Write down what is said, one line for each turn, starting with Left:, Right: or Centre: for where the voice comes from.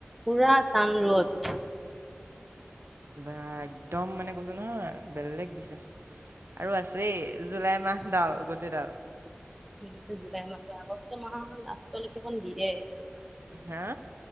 Centre: পুৰা টান ৰ'দ।
Right: বা একদম মানে কৈছো নহয় বেলেগ দিছে। আৰু আছেই জুলাই মাহ ডাল গোটেই ডাল।
Centre: গ জুলাই মাহৰ আগষ্ট মাহ লাষ্টলৈকে কন দিয়ে।
Right: হা।